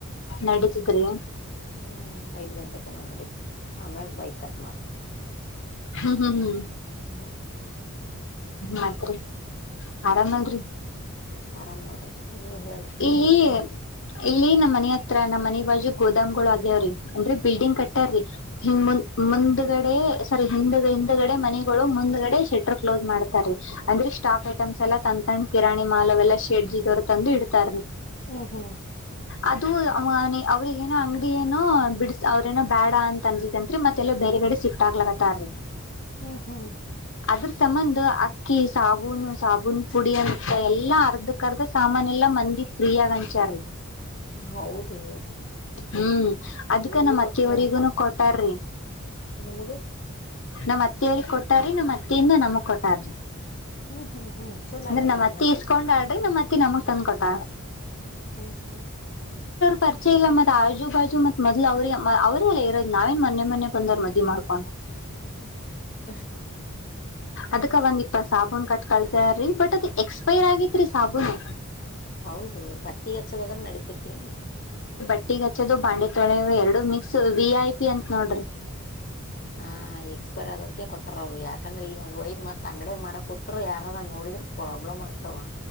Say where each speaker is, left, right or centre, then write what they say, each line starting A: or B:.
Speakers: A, on the left; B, on the left.
A: ನಡೀತಿದ್ರಿ
B: ಹ್ಮ್ ಐದ್ ಗಂಟೆ ತನ ನಡೀತು ಆಮ್ಯಾಗ ಬೈತಾರ ಮತ್
A: ಹ್ಮ್ ಹ್ಮ್ ಹ್ಮ್
B: ಹ್ಮ್
A: ಮತ್ ರೀ ಆರಾಮಲ್ರಿ
B: ಮತ್ ಆರಾಮ್ ನೋಡ್ರಿ ನೀವು ಹೇಳ್ರಿ
A: ಇಲ್ಲಿ
B: ಏನ
A: ಇಲ್ಲಿ ನಮ್ಮ ಮನ ಹತ್ರ ನಮ್ಮ ಮನಿ ಬಾಜು ಗೋದಾಮ್ಗಳಗಳು ಆಗ್ಯಾವ್ರಿ ಅಂದ್ರೆ ಬಿಲ್ಡಿಂಗ್ ಕಟ್ಟ್ಯವ್ರೀ ಇನ್ಮ್ದು
B: ಹ್ಮ್
A: ಮಂದಗಡ ಸ ಹ್ಗಡೆ ಮನಗಳು ಮುಂದ್ಗಡೆ ಶಟರ್ ಕ್ಲೋಸ್ ಮಾಡ್ತಾರೆ ಅ್ರ ಸ್ಟಾಕ್ ಐಟಮ್ಸ್ ಲ್ಲ ತಂಡ್ ಕಿರಾಣಿ ಮಾಲ ಅವೆಲ್ಲಾ ಶೇಡ್ಜಿ ದವ್ರು ತಂದು ಇಡ್ತಾರೀ
B: ಹ್ಮ ಹಾ
A: ಅದುನ ಅವ್ರಗ ಏನೋ ಅಂಗಡಿಯಏನೋ ಬಿಡಸ ಅವ್ರೇನೋ ಬೇಡ ಅಂತ ಅನ್ಸತೆನ್ತ್ರಿ ಮತ್ತೆಲ್ಲ ಬೇ ಈಗಡೆ ಶಿಫ್ಟ್ ಆಗ್ಲತ್ತ ರೀ
B: ಹ್ಮ್ ಹ್ಮ್
A: ಅದ್ರ ಸಂಬಂದ ಅಕ್ಕಿ ಸಾಬೂನು ಸಾಬೂನ್ ಪುಡಿ ಅಂತಂತ ಎಲ್ಲಾ ಅರ್ಧಕ್ ಅರ್ಧ ಸಾಮನ್ಯಲ್ಲ ಮಂದಿ ಫ್ರೀಯಗಂಚಾರ
B: ಹೌದು
A: ಹ್ಮ್ ಅದ್ಕ
B: ನಿಮ್ಗೂ
A: ನಮ್ಮ್
B: ಕೊಟ್ರ
A: ಅತ್ತೆಯವರಿಗೂನು ಕೊಟಾರ್ರಿ
B: ನಿಮಗೂ
A: ನಮ್ ಅತ್ತಿಯ್ರ ಕೊಟಾರಿ ನಮ್ಮ್ ಅತ್ತಿಯಿಂದ ನಮಗ್ ಕೊಟ್ಟಾರ್ರಿ
B: ಹ್ಮ್ ಹ್ಮ್ ಹ್ಮ್ ಚಲೋ
A: ಅಂದ್ರೆ
B: ಆಯ್ತಲ್ಲ
A: ನಮ್
B: ಹಂಗಾರ
A: ಅತ್ತಿ ಇಸ್ಕೊಂಡಾಳ್ರಿ ನಮ್ ಅತ್ತೆ ನಮಗ್ ತಂದ್ ಕೊಟ್ಟ
B: ಹ್ಮ್ ಹ್ಮ್
A: ಪರಿಚೆ ಇಲ್ಲ ಮತ್ತತ್ ಆಜು ಬಾಜು ಮತ್ ಮೊದ್ಲು ಅವ್ರ ಅವ್ರಲ್ಲ ಇರೋ್ ನಾವೇನ್ ಮನೆ ಮನೆ ಬಂದ್ ಮದಿ ಮಾಡ್ಕೊಂಡ್
B: ಹೌದೌದು.
A: ಅದಕ ಒಂದ್ ಇಪ್ಪತ್ ಸಾಬೂನ್ ಕಟ್ ಕಳ್ಸಾರಿ ಬಟ್ ಅದ ಎಕ್ಸ್ಪೈರ್ ಆಗೇತ್ರಿ ಸಾಬೂನು.
B: ಹೌದು ಬಟ್ಟಿ ಹಚ್ಚದಾದ್ರೆ ನಡಿತೇತಿ
A: ಒಟ್ಟಿಗ್ ಹಚ್ಚೋದು ಬಾಂಡೆ ತೊಳೆ ಎರಡು ಮಿಕ್ಸ್ ವಿ ಐ ಪಿ ಅಂತ ನೋಡ್ರಿ
B: ಹ ಎಕ್ಸ್ಪೈರ್ ಆದದಕ ಕೊಟ್ರ ಅವರು ಯಾಕಂದ್ರೆ ಈಗ ಅದ ಒಯದ್ ಮತ್ ಅಂಗಡಗ್ ಮರ ಕೊತ್ರು ಯಾರ ಆರ ನಾ ನೋಡಿದ್ರೆ ಪ್ರಾಬ್ಲಮ್ ಆಗ್ತಾವ